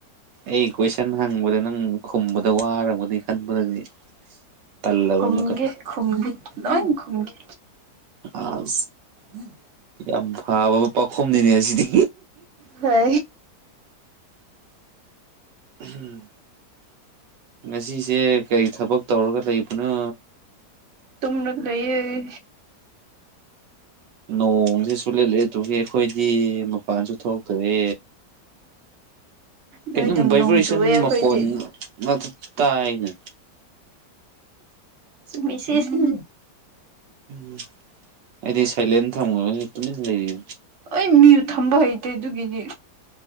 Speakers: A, on the right; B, on the right.
A: ꯑꯩ ꯀꯣꯏꯁꯟ ꯍꯪꯕꯗ ꯅꯪ ꯈꯨꯝꯕꯗ ꯋꯥꯔꯕꯗꯤ ꯈꯟꯕꯗꯗꯤ ꯇꯜꯂꯕ
B: ꯈꯨꯝꯒꯦ
A: ꯑꯃꯨꯛꯀ
B: ꯈꯨꯝꯒꯦ ꯅꯣꯏ ꯈꯨꯝꯒꯦ
A: ꯑ
B: ꯎꯝ
A: ꯌꯥꯝ ꯐꯕ ꯄꯥꯈꯨꯝꯅꯤꯅꯦ ꯑꯁꯤꯗꯤ
B: ꯍ
A: ꯎꯝ ꯉꯁꯤꯁꯦ ꯀꯔꯤ ꯊꯕꯛ ꯇꯧꯔꯒ ꯂꯩꯕꯅꯣ
B: ꯇꯂ ꯂꯩꯌꯦꯦ
A: ꯅꯣꯡꯁꯦ ꯁꯨꯂꯦꯠꯂꯦ ꯑꯗꯨꯒꯤ ꯑꯩꯈꯣꯏꯗꯤ ꯃꯄꯥꯟꯁꯨ ꯊꯣꯛ ꯇꯔꯦ ꯀꯝ
B: ꯅꯣꯏ ꯑꯗꯨꯝ
A: ꯚꯥꯏꯕ꯭ꯔꯦꯁꯟ
B: ꯅꯣꯡ ꯆꯨꯑꯦ ꯑꯩꯈꯣꯏꯗꯤ
A: ꯃꯈꯣꯟ ꯉꯥꯛꯇ ꯇꯥꯏꯅ
B: ꯃꯦꯁꯦꯁꯅꯦ
A: ꯎꯝ ꯑꯩꯗꯤ ꯁꯥꯏꯂꯦꯟ ꯊꯝꯈꯕꯅꯤ ꯇꯨꯃꯤꯟꯅ ꯂꯩꯔꯤ
B: ꯍ ꯃꯤ ꯊꯝꯕ ꯍꯩꯇꯦ ꯑꯗꯨꯒꯤꯅꯤ